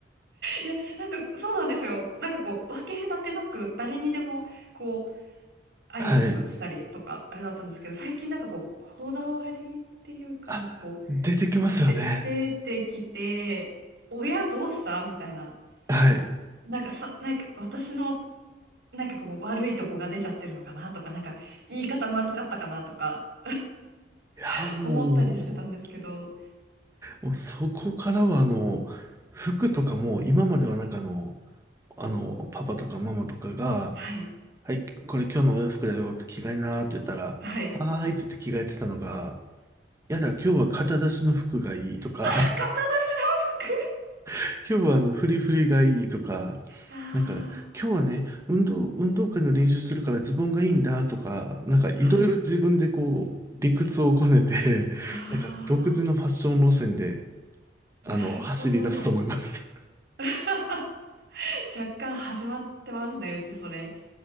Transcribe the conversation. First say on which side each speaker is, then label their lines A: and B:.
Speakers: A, on the right; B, on the right.
A: いや、なんかそうなんですよ。なんかこう、分け隔てなく誰にでもこう、挨拶したりとか、
B: はい。
A: あれだったんですけど、最近なんかこう、こだわりっていうかなんかこ
B: あ、出てきますよね。
A: う、で、出てきて、親どうしたみたいな。
B: はい。
A: なんかさ、なんか私の、なんかこう、悪いとこが出ちゃってるのかなとか、なんか言い方まずかったかなとか、
B: いや、
A: <laughs>
B: も
A: 思ったりしてたんですけど、
B: う、もうそこからは、あの、服とかも、今まではなんかあの、あの、パパとかママとかが、
A: はい。
B: はい、これ今日のお洋服だよって着替えなーって言ったら、
A: はい。
B: はーいって言って着替えてたのが、いやだ、今日は肩出しの服がいいとか、
A: あ、型なしの服
B: <laughs> 今日はあの、フリフリがいいとか、
A: あ
B: なんか、今日はね、運動、運動会の練習するからズボンがいいんだとか、なんかいろいろ自分でこう、
A: ーあ、す、
B: 理屈をこねて、
A: あ
B: なんか独自のファッション路線で、あの、
A: ー、なるほど。
B: 走り出すと思います。
A: <laughs> 若干始まってますね、うちそれ。